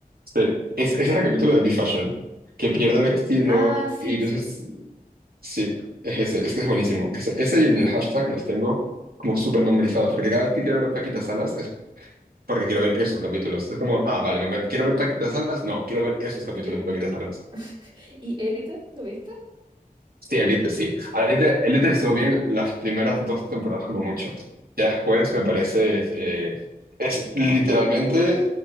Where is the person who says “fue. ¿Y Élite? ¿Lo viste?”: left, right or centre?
Right